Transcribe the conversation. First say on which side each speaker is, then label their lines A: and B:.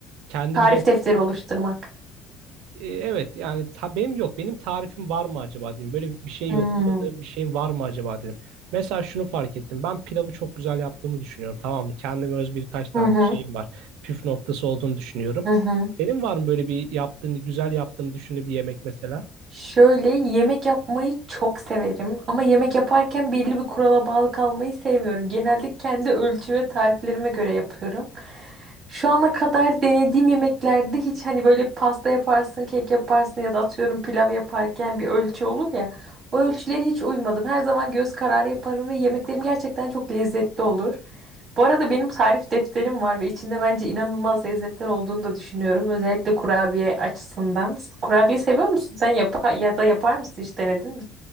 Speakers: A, on the right; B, on the right.
A: kendi
B: Tarif
A: bir
B: defteri oluşturmak.
A: e, Evet yani ta, benim yok. Benim tarifim var mı acaba dedim. Böyle bir şey
B: Hmm.
A: yorumladığım bir şeyim var mı acaba dedim. Mesela şunu fark ettim. Ben pilavı çok güzel yaptığımı düşünüyorum. Tamam mı? Kendime öz birkaç tane
B: Hı hı.
A: şeyim var. Püf noktası olduğunu düşünüyorum.
B: Hı hı.
A: Senin var mı böyle bir yaptığını, güzel yaptığını düşündüğün bir yemek mesela?
B: Şöyle yemek yapmayı çok severim ama yemek yaparken belli bir kurala bağlı kalmayı sevmiyorum. Genelde kendi ölçü ve tariflerime göre yapıyorum. Şu ana kadar denediğim yemeklerde hiç hani böyle pasta yaparsın, kek yaparsın ya da atıyorum pilav yaparken bir ölçü olur ya. O ölçülere hiç uymadım. Her zaman göz kararı yaparım ve yemeklerim gerçekten çok lezzetli olur. Bu arada benim tarif defterim var ve içinde bence inanılmaz lezzetler olduğunu da düşünüyorum. Özellikle kurabiye açısından. Kurabiye seviyor musun? Sen yapa ya da yapar mısın? Hiç denedin mi?